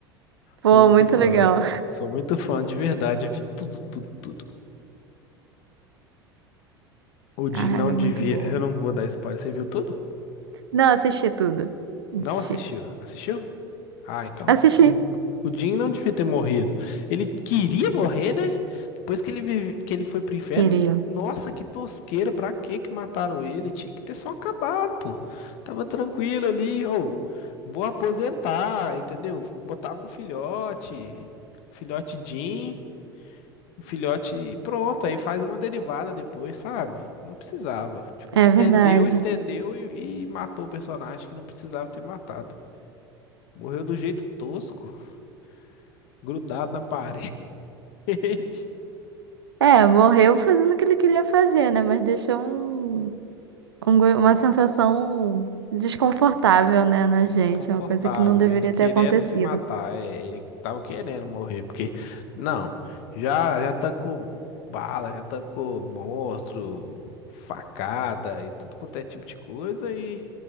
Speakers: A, on the left; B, on the right.
A: Sou
B: Pô,
A: muito
B: muito
A: fã.
B: legal.
A: Sou muito fã, de verdade. Eu vi tudo, tudo, tudo. O Jim
B: Ah,
A: não
B: era muito
A: devia.
B: boa.
A: Eu não vou dar spoiler. Você viu tudo?
B: Não, assisti tudo.
A: Não
B: Assisti.
A: assistiu? Assistiu? Ah, então.
B: Assisti.
A: O, o Jim não devia ter morrido. Ele queria morrer, né? Depois que ele, vive- que ele foi pro inferno.
B: Queria.
A: Nossa, que tosqueira. Pra que que mataram ele? Tinha que ter só acabado, pô. Tava tranquilo ali. Ou, vou aposentar, entendeu? Botava um filhote. Filhote Jim. o filhote e pronto, aí faz uma derivada depois, sabe? Não precisava. Tipo,
B: É
A: estendeu,
B: verdade.
A: estendeu e, e matou o personagem que não precisava ter matado. Morreu do jeito tosco, <laughs> grudado na parede. <laughs>
B: É, morreu fazendo o que ele queria fazer, né? Mas deixou um, um go- uma sensação desconfortável, né, na
A: Desconfortável,
B: gente. É Uma coisa que não deveria
A: ele querendo
B: ter acontecido.
A: se matar, é, ele tava querendo morrer, porque, não, já, já tancou bala, já tancou monstro, facada e tudo quanto é tipo de coisa e